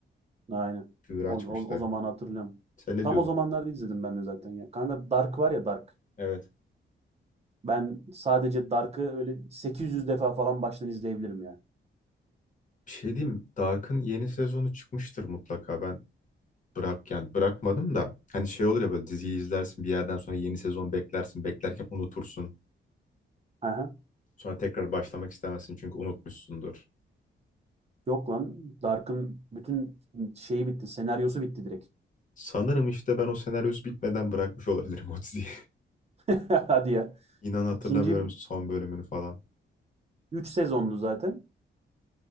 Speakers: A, on the right; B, on the left.
A: Aynen.
B: Çığır açmıştı.
A: O, o, o zamanı hatırlıyorum.
B: Sen ne
A: Tam
B: diyordun?
A: o zamanlarda izledim ben de zaten ya. Kanka Dark var ya Dark.
B: Evet.
A: Ben sadece Dark'ı öyle 800 defa falan baştan izleyebilirim ya.
B: Bir şey diyeyim. mi? Dark'ın yeni sezonu çıkmıştır mutlaka. Ben bırak yani bırakmadım da hani şey olur ya böyle diziyi izlersin bir yerden sonra yeni sezon beklersin beklerken unutursun.
A: Aha.
B: Sonra tekrar başlamak istemezsin çünkü unutmuşsundur.
A: Yok lan. Dark'ın bütün şeyi bitti. Senaryosu bitti direkt.
B: Sanırım işte ben o senaryosu bitmeden bırakmış olabilirim o diziyi.
A: <laughs> Hadi ya.
B: <laughs> İnan hatırlamıyorum
A: İkinci
B: son bölümünü falan.
A: 3 sezonlu zaten.